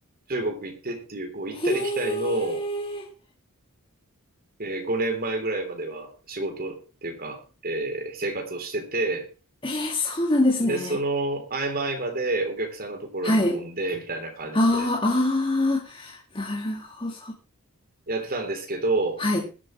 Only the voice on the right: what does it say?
中国行ってっていう、こう行ったり来たりの、
えー、5年前ぐらいまでは仕事っていうか、えー生活をしてて、
で、その合間合間でお客さんのところに飛んでみたいな感じで
やってたんですけど、